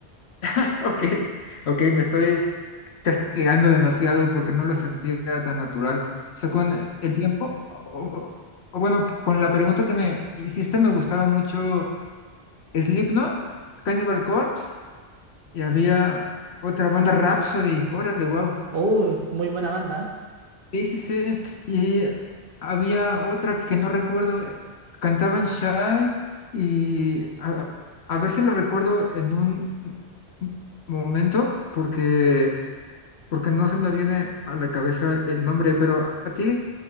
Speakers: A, on the left (about 70°); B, on the right (about 55°).
A: <laughs> ok, ok, me estoy castigando demasiado porque no lo sentía tan natural. O sea, con el tiempo, o, o- o bueno, con la pregunta que me hiciste, me gustaba mucho Slipknot, Cannibal Corpse, y había otra banda, Rhapsody, órale, wow.
B: Oh, muy buena banda, ¿eh?
A: Sí, sí, sí. Y había otra que no recuerdo. eh, Cantaban Shy y a, a ver si lo recuerdo en un m- m- momento porque, porque no se me viene a la cabeza el nombre, pero ¿a ti